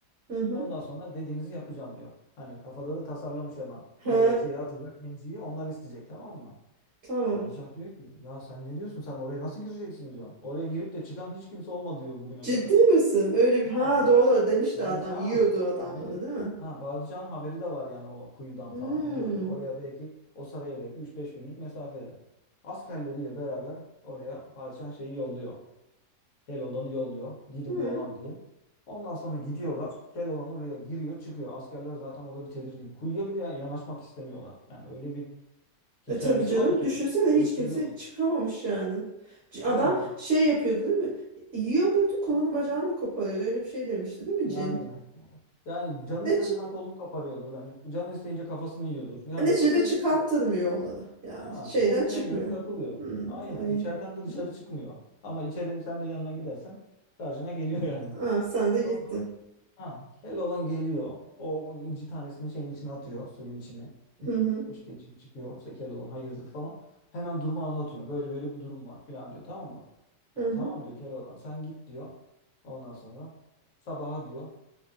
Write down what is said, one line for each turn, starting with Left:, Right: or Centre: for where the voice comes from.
Right: hı hı.
Left: Ondan sonra dediğinizi yapacağım diyor. Hani kafada da tasarlamış hemen.
Right: Ha,
Left: Oraya şeyi atacak inciyi ondan isteyecek tamam mı?
Right: tamam.
Left: Padişah diyor ki ya sen ne diyorsun sen oraya nasıl gireceksin diyor. Oraya girip de çıkan hiç kimse olmadı diyor bugüne
Right: Ciddi
Left: kadar.
Right: misin? Öyle bir
Left: Ha.
Right: ha doğru demişti
Left: Bağıracağım
Right: adam. Yiyordu adamları
Left: haberi
Right: değil mi?
Left: ha Bağıracağın haberi de var yani o kuyudan
Right: Hmm.
Left: falan biliyor. Oraya belki o saraya belki üç beş günlük mesafede. Askerleriyle beraber oraya padişah şeyi yolluyor. Keloğlan'ı yolluyor. Gidin
Right: Hı.
Left: falan diye. Ondan sonra gidiyorlar. Keloğlan oraya giriyor, çıkıyor. Askerler zaten orada bir tedirgin. Kuyuya bile yanaşmak istemiyorlar. Yani öyle bir hikayesi
Right: E tabii canım
Left: var ki
Right: düşünsene
Left: onun.
Right: hiç
Left: Yürütüyorlar.
Right: kimse çıkamamış yani. C- Adam
Left: Aynen.
Right: şey yapıyordu değil mi? Yiyor muydu? Kolunu bacağını mı koparıyordu? Öyle bir şey demişti değil mi
Left: Yani
Right: cin?
Left: yani canı
Right: Ne
Left: istediğinden kolunu kaparıyordur bence. Canı isteyince kafasını yiyordur. Yani
Right: Neticede
Left: keyfine
Right: çıkarttırmıyor
Left: göre.
Right: onları. Yani
Left: Ha,
Right: şeyden
Left: keyfine
Right: çıkmıyor.
Left: göre takılıyor.
Right: Hmm,
Left: Aynen.
Right: ay.
Left: İçeriden de dışarı çıkmıyor. Ama içeri sen de yanına gidersen karşına geliyor yani.
Right: Ah, sen de gittin.
Left: Sonra ha, kel olan geliyor. O inci tanesini şeyin içine atıyor. Suyun içine. Hı.
Right: Hı hı,
Left: İşte cin çıkıyor. İşte kel olan hayırdır falan. Hemen durumu anlatıyor. Böyle böyle bir durum var falan diyor. Tamam mı?
Right: hı
Left: Ya tamam
Right: hı.
Left: diyor kel olan. Sen git diyor. Ondan sonra sabaha diyor.